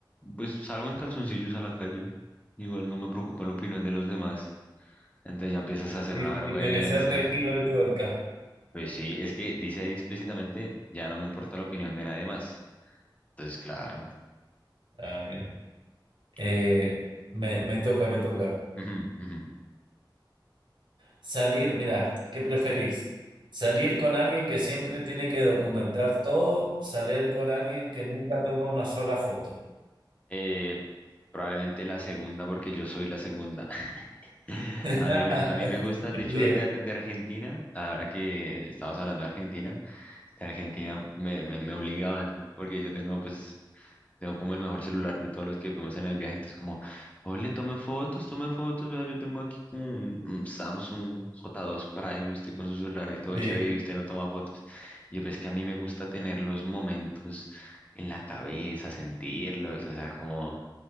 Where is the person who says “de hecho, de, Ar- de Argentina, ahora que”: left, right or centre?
Left